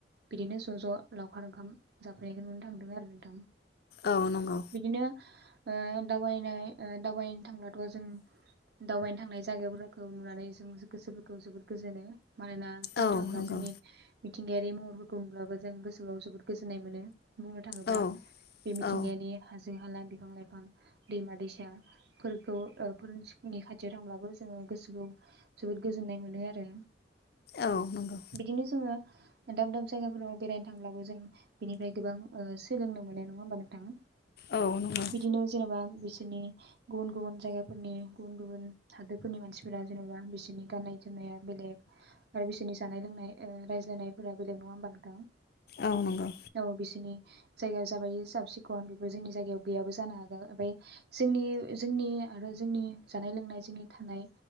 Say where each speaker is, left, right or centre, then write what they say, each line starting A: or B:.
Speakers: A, on the right; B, on the left.
A: बिदिनो ज' ज' लावखार ओंखाम जाफैनायखौ नुनो थांदों आरो नोंथां
B: औ नंगौ
A: बिदिनो ओ दावबायनाय ओ दावबायनो थांब्लाथ' जों दावबायनो थांनाय जायगाफोरखौ नुनानै जों गोसोफोरखौ जोबोद गोजोनो मानोना बुंनो
B: औ
A: थाङोब्ला
B: नंगौ
A: जोंनि मिथिंगायारि महरफोरखौ नुब्लाबो जों गोसोआव जोबोर गोजोननाय मोनो बुंनो थाङोब्ला
B: औ
A: बे मिथिंगानि
B: औ
A: हा हाजो हाला, बिफां लाइफां, दैमा दैसाफोरखौ ओ फोरनि खाथियाव थांब्लाबो जोङो गोसोखौ जोबोद गोजोननाय मोनो आरो।
B: औ नंगौ
A: बिदिनो जोङो दाब दाब जायगाफोराव बेरायनो थांब्लाबो जों बेनिफ्राय गोबां ओ सोलोंनो मोनो नङा होमबा नोंथां?
B: औ नंगौ
A: बिदिनो जेनेबा बिसोरनि गुबुन गुबुन जायगाफोरनि गुबुन गुबुन हादोरफोरनि मानसिफोरा जेनेबा बिसो नि गाननाय जोमनाया बेलेग आरो बिसोरनि जानाय लोंनाय ओ रायज्लायनायफोरा बेलेग नङा होमबा नोंथां?
B: औ नंगौ
A: औ बिसोरनि जायगाया जाबाय साब सिखन बेफोर जोंनि जायगायाव गैयाबो जानो हागौ ओमफ्राय जोंनि जोंनि आरो जोंनि जानाय लोंनाय जोंनि थानाय